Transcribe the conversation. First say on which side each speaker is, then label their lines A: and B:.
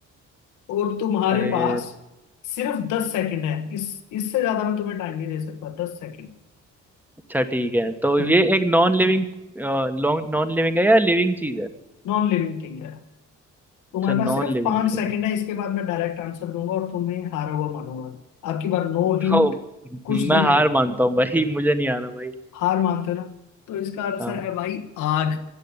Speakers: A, on the left; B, in the centre.
A: और तुम्हारे
B: अरे
A: पास सिर्फ दस सेकंड है इस इससे ज्यादा मैं तुम्हें टाइम नहीं दे सकता दस सेकंड
B: अच्छा ठीक है तो
A: हम्म
B: ये एक नॉन लिविंग नॉन लिविंग है या लिविंग चीज है
A: नॉन लिविंग थिंग है तुम्हारे
B: अच्छा नॉन
A: पास सिर्फ
B: लिविंग
A: पांच सेकंड
B: थिंग
A: है इसके बाद मैं डायरेक्ट आंसर दूंगा और तुम्हें हारा हुआ मानूंगा आपकी बार नो
B: तो
A: हिंट कुछ
B: मैं
A: भी
B: हार
A: नहीं
B: मानता हूँ भाई मुझे नहीं आ रहा भाई
A: हार मानते हो ना तो इसका आंसर
B: हाँ
A: है भाई आग